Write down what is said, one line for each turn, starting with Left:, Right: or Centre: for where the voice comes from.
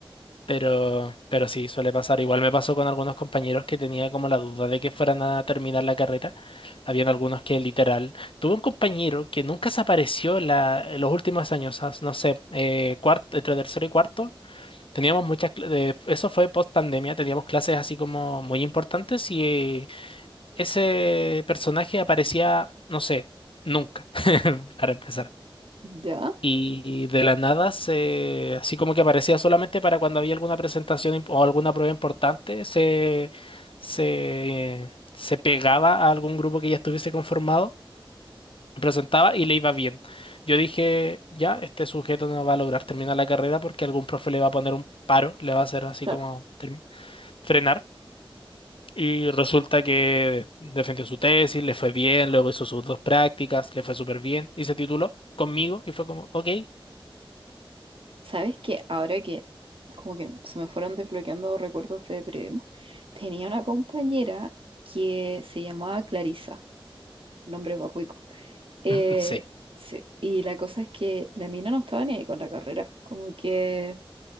Left: Pero, pero sí, suele pasar. Igual me pasó con algunos compañeros que tenía como la duda de que fueran a terminar la carrera. Habían algunos que literal. Tuve un compañero que nunca se apareció en, la- en los últimos años, as- no sé, eh, cuarto, entre tercero y cuarto. Teníamos muchas, cl- de- eso fue post pandemia, teníamos clases así como muy importantes y ese personaje aparecía, no sé, nunca, <laughs> para empezar.
Right: ya,
Left: Y de la nada, se, así como que aparecía solamente para cuando había alguna presentación imp- o alguna prueba importante, se, se, se pegaba a algún grupo que ya estuviese conformado, presentaba y le iba bien. Yo dije, ya, este sujeto no va a lograr terminar la carrera porque algún profe le va a poner un paro, le va a hacer así
Right: claro.
Left: como term- frenar. Y resulta que defendió su tesis, le fue bien, luego hizo sus dos prácticas, le fue súper bien y se tituló conmigo y fue como, ok,
Right: ¿Sabes que Ahora que como que se me fueron desbloqueando recuerdos de Primo, tenía una compañera que se llamaba Clarisa, nombre pacuico. Eh,
Left: <laughs> sí,
Right: sí, y la cosa es que la mina no estaba ni ahí con la carrera, como que